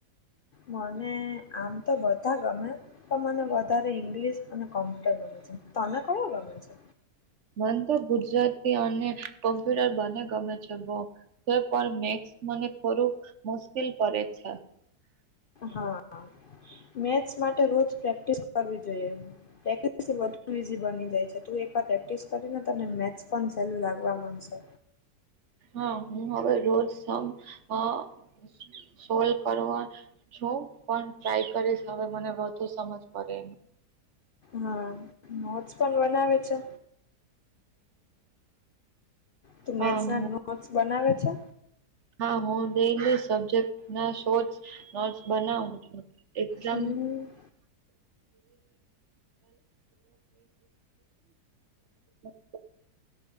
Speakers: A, on the left (about 90°); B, on the right (about 55°).
A: મને આમ તો બધા ગમે, પણ મને વધારે ઇંગ્લિશ અને કોમ્પ્યુટર ગમે છે. તને કયો ગમે છે?
B: મને તો ગુજરાતી અને કોમ્પ્યુટર બને ગમે છે બહું. તે પણ મેક્સ મને થોડુંક મુશ્કિલ પડે છે.
A: હા. મેથસ માટે રોજ પ્રેક્ટિસ કરવી જોઈએ. <unintelligible> ઈઝી બની જાય છે, તું એકવાર પ્રેક્ટિસ કરી લે તને મેથસ પણ સહેલું લાગવા મંડશે.
B: હા હું હવે રોજ સમ અહ સોલ્વ કરવાં છું, પણ ટ્રાય કરીશ હવે મને વધુ સમજ પડે એમ.
A: હા. નોટ્સ પણ બનાવે છે? તું
B: હા
A: મેથ્સ ના
B: હું
A: નોટસ બનાવે છે?
B: હા હું ડેઈલી સબ્જેક્ટ ના શોર્ટ નોટ્સ બનાવું છું. એક્ઝામ
A: હમ્મ,
B: <inaudible>